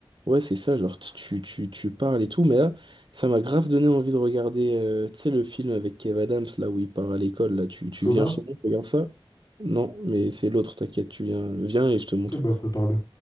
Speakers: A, on the right; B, on the left.
A: ouais, c'est ça, genre tu, tu, tu parles et tout, mais là, ça m'a grave donné envie de regarder, euh, tu sais, le film avec Kev Adams, là où il part à l'école, là, tu,
B: Soda?
A: tu viens chez moi, regarde ça? Non, mais c'est l'autre, t'inquiète, tu viens, viens et je te montre.
B: Ok, bah prépare-le.